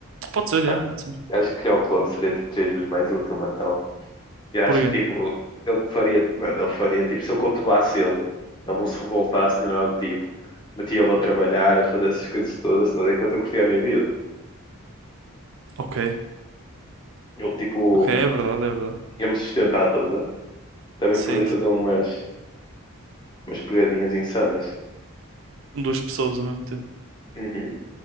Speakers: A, on the right (about 60°); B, on the left (about 20°).
A: Pode ser, é,
B: Mano,
A: pode ser.
B: acho que criar o clone seria tipo três vezes mais útil, mano. Então, e acho
A: Porquê?
B: que tipo, ele faria, mano, ele faria tipo, se eu controlasse ele, ele não se revoltasse nem nada do tipo, metia ele a trabalhar, a fazer essas coisas todas, tudo, enquanto eu curtia a minha vida.
A: Ok,
B: Ele tipo,
A: ok, é verdade, é verdade.
B: Ia-me sustentar, estás a ver? Também
A: Sim,
B: poder fazer umas, umas pegadinhas insanas.
A: com duas pessoas ao mesmo tempo.
B: Uhum.